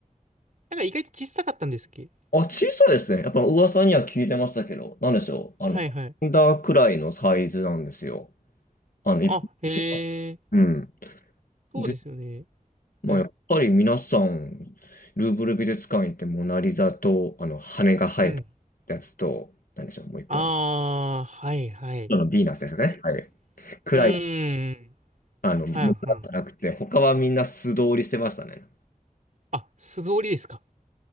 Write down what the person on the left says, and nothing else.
あ、小さいですね。やっぱ噂には聞いてましたけど、なんでしょう。あの、
ハンダーくらいのサイズなんですよ。あの、一般的な。
うん。
で、まあ、
やっぱり皆さん、ルーブル美術館行ってモナリザと、あの、羽が生えた
やつと、なんでしょう、もう一個の、
あの、ヴィーナスですね。
はい。くらい、
あの、ものだったらなくて、
他はみんな素通りしてましたね。